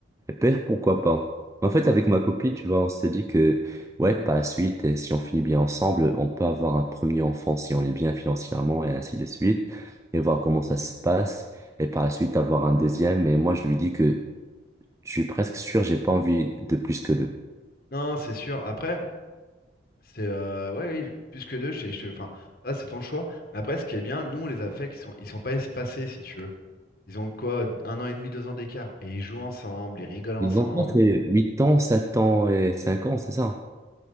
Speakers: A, on the right (about 15°); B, on the left (about 50°).
A: Père, pourquoi pas? En fait, avec ma copine, tu vois, on se dit que, ouais, par la suite, euh, si on finit bien ensemble, on peut avoir un premier enfant si on est bien financièrement et ainsi de suite, et voir comment ça se passe, et par la suite avoir un deuxième. Mais moi, je lui dis que je suis presque sûr, j'ai pas envie de plus que deux.
B: Non, c'est sûr. Après, C'est euh, ouais, oui, plus que deux, je, je- enfin, ça c'est ton choix. Mais après, ce qui est bien, nous on les a fait, qu'ils sont, ils sont pas espacés si tu veux. Ils ont quoi, un an et demi, deux ans d'écart. Et ils jouent ensemble, ils rigolent ensemble.
A: Donc, moi, c'est 8 ans, 7 ans et 5 ans, c'est ça?